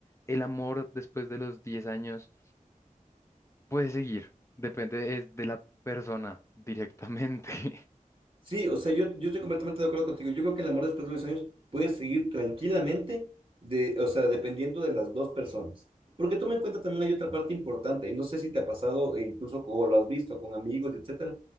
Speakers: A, on the left; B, on the right.
A: el amor después de los 10 años puede seguir, depende es de la persona directamente. <laughs>
B: Sí, o sea, yo, yo estoy completamente de acuerdo contigo. Yo creo que el amor después de los años puede seguir tranquilamente, de, o sea, dependiendo de las dos personas. Porque toma en cuenta también hay otra parte importante, y no sé si te ha pasado, e incluso o lo has visto con amigos, etcétera.